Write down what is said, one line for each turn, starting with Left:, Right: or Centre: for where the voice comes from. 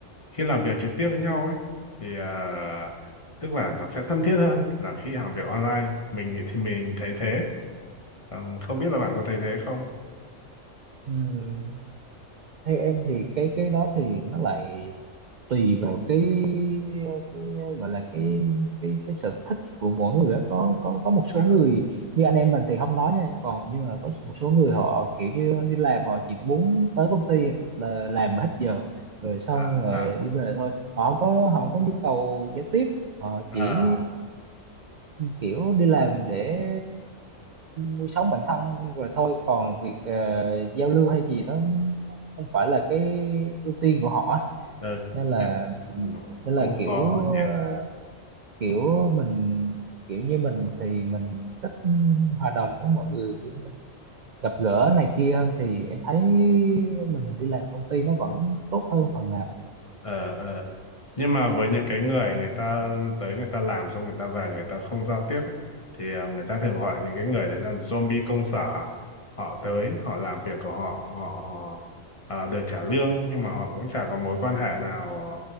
Left: khi làm việc trực tiếp với nhau ấy thì à, tức là nó sẽ thân thiết hơn là khi làm việc online mình nghĩ- thì mình thấy thế Ờ, không biết là bạn có thấy thế không
Right: ừ, theo em thì cái cái đó thì nó lại tùy vào cái, cái gọi là cái cái cái sở thích của mỗi người đó. có có có một số
Left: à,
Right: người như anh em mình thì không nói nha còn nhưng mà có một số người họ kiểu như đi làm họ chỉ muốn tới công ty là làm hết giờ rồi xong
Left: à,
Right: rồi
Left: à,
Right: đi về thôi họ không có họ không có nhu cầu giao tiếp họ chỉ
Left: à,
Right: kiểu đi làm để nuôi sống bản thân rồi thôi còn việc ờ, giao lưu hay gì đó không phải là cái ưu tiên của họ á
Left: ờ,
Right: nên là
Left: kiểu, ừ,
Right: nên là
Left: cũng
Right: kiểu
Left: khó nhỉ
Right: ờ, kiểu mình kiểu như mình thì mình thích hòa đồng với mọi người kiểu mình gặp gỡ này kia hơn thì em thấy mình đi làm công ty nó vẫn tốt hơn phần nào
Left: ờ ờ nhưng mà với những cái người người ta tới người ta làm xong người ta về người ta không giao tiếp ấy, thì ờ, người ta thường gọi những cái người đấy là zombie công sở họ tới họ làm việc của họ họ, họ ờ, được trả lương nhưng mà họ cũng chả có mối quan hệ nào